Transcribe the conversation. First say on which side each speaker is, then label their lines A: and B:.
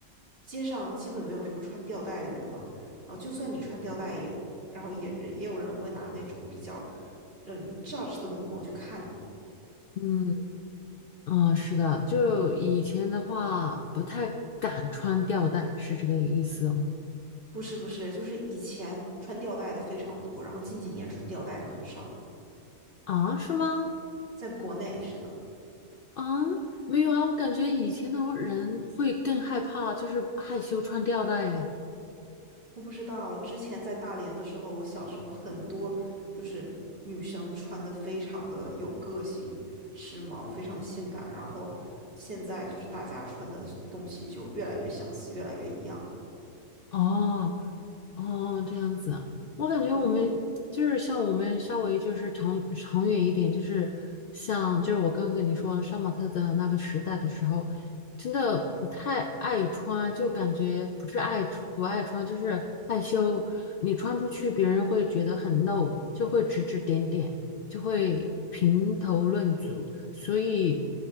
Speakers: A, on the right; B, on the left.
A: 街上基本没有什么穿吊带的人了，然后就算你穿吊带也，然后也也有人会拿那种比较。嗯 judge 的目光去看你。
B: 嗯，啊，是的，就以前的话不太敢穿吊带，是这个意思哦。
A: 不是不是，就是以前穿吊带的非常多，然后近几年穿吊带的很少，
B: 啊，是吗？
A: 在国内是的。
B: 啊，没有啊，我感觉以前的人会更害怕，就是害羞穿吊带，哎。
A: 我不知道，之前在大连的时候，我小时候很多就是女生穿的非常的有个性、时髦，非常的性感，然后现在就是大家穿的东西就越来越相似，越来越一样了。
B: 哦，哦，这样子，我感觉我们就是像我们稍微就是长长远一点，
A: 对，
B: 就是像就是我刚刚跟你说杀马特的那个时代的时候，真的不太爱穿，就感觉不是爱出不爱穿，就是害羞。你穿出去，别人会觉得很露，就会指指点点，就会评头论足。所以